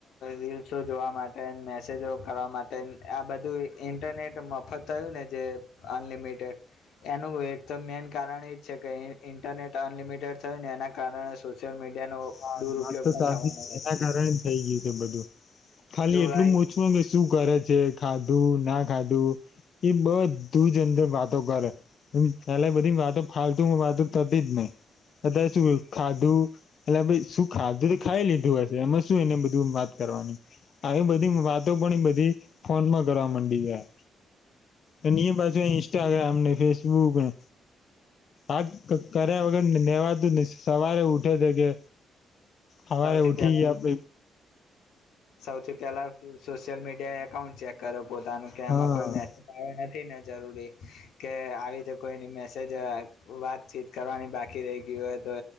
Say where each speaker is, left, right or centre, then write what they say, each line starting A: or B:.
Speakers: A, on the left; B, on the left.
A: રીલ્સો જોવા માટે મેસેજો કરવા માટેને આ બધું ઇન્ટરનેટ મફત થયું ને જે અનલિમિટેડ એનું એક તો મેન કારણ એજ છે કે ઇન્ટરનેટ અનલિમિટેડ થયું ને એના કારણે સોશિયલ મીડિયાનો
B: હા
A: દુરુપયોગ
B: વાત તો
A: પણ
B: સાચી
A: થવાનો બની
B: એના કારણે
A: ગયો
B: થઈ ગયું છે બધું ખાલી
A: જો
B: એટલું
A: આ
B: મોછમાં શું કરે છે ખાધું ના ખાધું એ બધું જ અંદર વાતો કરે એલે બધી વાતો ફાલતુ વાતો થતી જ નઈ અત્યારે શું ખાધું એટલે શું ખા ખાઈ લીધું હશે એમાં શું એને બધું વાત કરવાની આવી બધી વાતો પણ એ બધી ફોનમાં કરવા મંડી ગયા અને એની એ પાછુ ઇન્સ્ટાગ્રામ ને ફેસબુક ને આ જ કર્યા વગર નેવાતું સવારે ઉઠે છે કે હવારે
A: સૌથી
B: ઉઠી
A: પહેલા
B: ગયા પ
A: સૌથી પેલા સોશિયલ મીડ એ એકાકાઉન્ટ ચેક કરે. પોતાનું કે
B: હા
A: એમાં કોઈ મેસેજ આયો નથી ને. જરૂરી કે આવી રીતે કોઈની મેસેજ વાતચીત કરવાની બાકી રહી ગયુ હોય તો